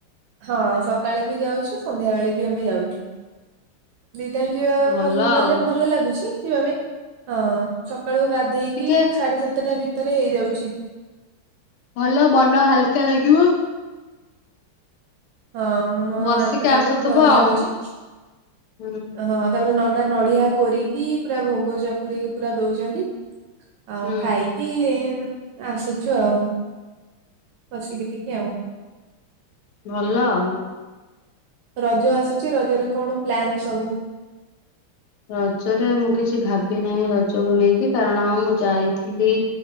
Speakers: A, on the right; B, on the left.
A: ହଁ ସକାଳେ ବି ଯାଉଛୁ ସନ୍ଧ୍ୟା ବେଳେ ବି ଆମେ ଯାଉଛୁ। ଦି ଟାଇମ ଯିବା
B: ଭଲ
A: ଗଲେ
B: ଆଉ
A: ଭଲ ଲାଗୁଛି ଯିବା ପାଇଁ। ହଁ ସକାଳୁ ଗାଧେଇକି
B: ଟିକେ
A: ସାଢେ ସତେଟା ଭିତରେ ହେଇଯାଉଚି।
B: ଭଲ ମନ ହାଲ୍କା ଲାଗିବ।
A: ହଁ ମୋ
B: ବସିକି
A: ହାଲ୍କା ଲାଗିବ
B: ଆସୁଥିବ
A: ଭଲ
B: ଆଉ
A: ଲାଗୁଚି।
B: ହୁଁ।
A: ହଁ ତାପରେ ନନା ନଡିଆ କୋରିକି ପୁରା ଭୋଗ ଚକୁଳିକି ପୁରା ଦଉଚନ୍ତି। ଆଉ
B: ହୁଁ
A: ଖାଇକି ଆସୁଚୁ ଆଉ, ବସିକି ଟିକେ ଆଉ।
B: ଭଲ ଆଉ।
A: ରଜ ଆସୁଚି, ରଜରେ କଣ ପ୍ଲାନ୍ ସବୁ?
B: ରଜରେ ମୁଁ କିଛି ଭାବି ନାହିଁ ରଜକୁ ନେଇକି କାରଣ ମୁଁ ଯାଇଥିଲି